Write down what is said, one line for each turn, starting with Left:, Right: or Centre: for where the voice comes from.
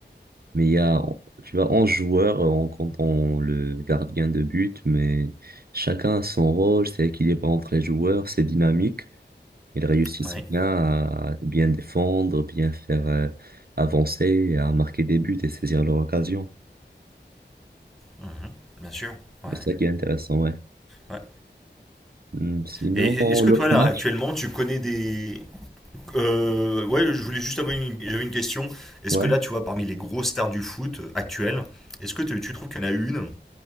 Right: mais il y a tu vois 11 joueurs euh, en comptant le gardien de but, mais chacun a son rôle, c'est équilibré entre les joueurs, c'est dynamique, ils réussissent
Centre: Oui,
Right: bien à bien défendre, bien faire euh, avancer, à marquer des buts et saisir leur occasion.
Centre: mhm, bien sûr. Ouais.
Right: C'est ça qui est intéressant, ouais.
Centre: ouais.
Right: Hmm, Sinon,
Centre: Et et-
Right: bon,
Centre: est-ce que
Right: l'autre
Centre: toi là
Right: match,
Centre: actuellement tu connais des euh, ouais je voulais juste avoir une... j'avais une question est-ce
Right: ouais.
Centre: que là tu vois parmi les grosses stars du foot euh, actuelles est-ce que tu, tu trouves qu'il y en a une